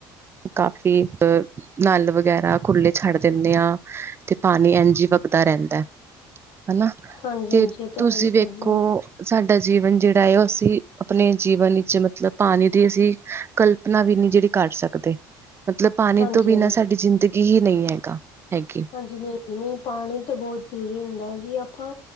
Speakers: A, on the right (about 25°); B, on the left (about 65°).
A: ਕਾਫੀ ਅ ਨਲ ਵਗੈਰਾ ਖੁੱਲੇ ਛੱਡ ਦੇਣੇ ਆ ਤੇ ਪਾਨੀ ਏੰਝ ਜੀ ਵਗਦਾ ਰੈਂਦਾ ਹੈਨਾ,
B: ਹਾਂਜੀ-ਹਾਂਜੀ
A: ਤੇ
B: ਇਹ
A: ਤੁਸੀ
B: ਹੈ ਹੀ
A: ਵੇਖੋ
B: ਭੈਣ ਜੀ ਹਾਂਜੀ।
A: ਸਾਡਾ ਜੀਵਨ ਜੇੜਾ ਏ ੳਹ ਅਸੀ ਅਪਨੇ ਜੀਵਨ ਵਿੱਚ ਮਤਲਬ ਪਾਨੀ ਦੀ ਅਸੀ ਕਲਪਨਾ ਵੀ ਨੀ ਜੇੜੀ ਕਰ ਸਕ ਸਕਦੇ ਮਤਲਬ ਪਾਨੀ
B: ਹਾਂਜੀ-ਹਾਂਜੀ,
A: ਤੋਂ ਬਿਨਾ ਸਾਡੀ ਜਿੰਦਗੀ ਹੀ ਨਹੀ ਹੈਗਾ ਹੈਗੀ।
B: ਹਾਂਜੀ ਨਈ, ਨਈ ਪਾਨੀ ਤੇ ਬੋਤ ਜਰੂਰੀ ਹੁੰਦਾ ਐ ਜੀ। ਆਪਾਂ